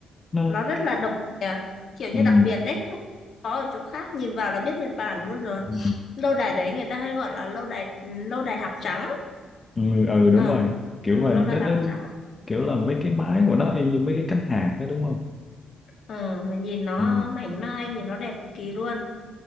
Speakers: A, on the left (about 25°); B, on the left (about 55°).
A: nó
B: nó rất là độc nhỉ, kiểu như
A: ừ,
B: đặc biệt đấy nhưng có ở chỗ khác nhìn vào là biết Nhật Bản luôn rồi.
A: ừ,
B: Lâu đài đấy người ta hay gọi là lâu đài ừ, lâu đài hạc trắng
A: ừ, ừ, đúng
B: ờ
A: rồi kiểu
B: ừ,
A: vậy
B: lô
A: nó,
B: đại học
A: nó
B: trắng
A: kiểu là mấy cái mái của nó y như mấy cái cánh hạc đó đúng không
B: ờ mà nhìn nó
A: ừ,
B: mảnh mai nhìn nó đẹp cực kỳ luôn